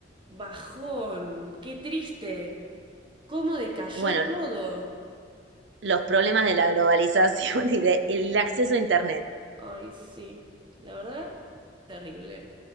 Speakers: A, on the right; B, on the right.
A: bajón, qué triste. ¿Cómo decayó
B: Y bueno,
A: todo?
B: los problemas de la globalización <laughs> y del acceso a Internet.
A: Ay, sí, la verdad, terrible.